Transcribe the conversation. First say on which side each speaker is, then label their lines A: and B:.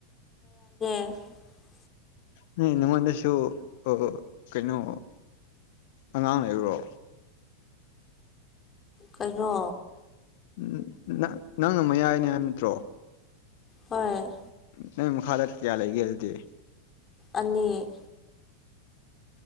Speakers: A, on the left (about 20°); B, on the left (about 50°).
A: <inaudible>
B: ꯎꯝ ꯅꯉꯣꯟꯗꯁꯨ ꯑ ꯀꯩꯅꯣ ꯑꯉꯥꯡ ꯂꯩꯕꯔꯣ
A: ꯀꯩꯅꯣ
B: ꯎꯝ ꯅ ꯅꯪꯅ ꯃꯌꯥꯏꯅꯦ ꯍꯥꯏꯕ ꯅꯠꯇ꯭ꯔꯣ
A: ꯍꯣꯏ
B: ꯅꯪꯒꯤ ꯃꯈꯥꯗ ꯀꯌꯥ ꯂꯩꯒꯦ ꯍꯥꯏꯗꯤ <inaudible>
A: ꯑꯅꯤ